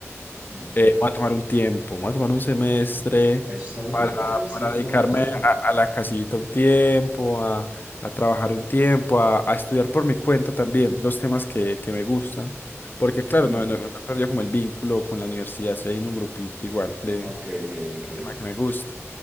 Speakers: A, on the right (about 30°); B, on the left (about 40°).
A: no.
B: Eh, voy a tomar un tiempo, voy a tomar un semestre
A: Eso está bien,
B: para,
A: puede ser, sí,
B: para
A: es
B: dedicarme
A: una buena opción.
B: a, a la casita un tiempo, a, a trabajar un tiempo, a, a estudiar por mi cuenta también los temas que, que me gustan. Porque claro,
A: Y,
B: no, no, no he perdido como el vínculo con la universidad, estoy ahí en un grupito igual de
A: ok, qué bien, qué
B: tema
A: bien.
B: que me gusta.